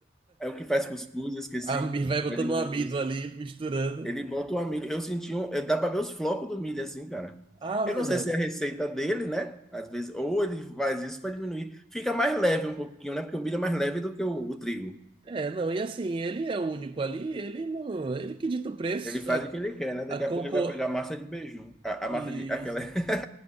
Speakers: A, in the centre; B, on the right.
A: É o que faz cuscuz, eu esqueci.
B: Ami- Vai botando
A: Vai diminuir
B: um amido
A: o preço.
B: ali, misturando.
A: Ele bota uma milho. Eu senti um. eh, Dá para ver os flocos do milho assim, cara.
B: Ave,
A: Eu não
B: mano.
A: sei se é a receita dele, né? Às vezes, ou ele faz isso para diminuir. Fica mais leve um pouquinho, né? Porque o milho é mais leve do que o, o trigo.
B: É, não, e assim, ele é o único ali, ele não, ele que dita o preço,
A: Ele faz
B: a,
A: o que ele quer, né? Daqui
B: a concor...
A: a pouco ele vai pegar a massa de beiju. A, a
B: Isso.
A: massa de. Aquela. <laughs>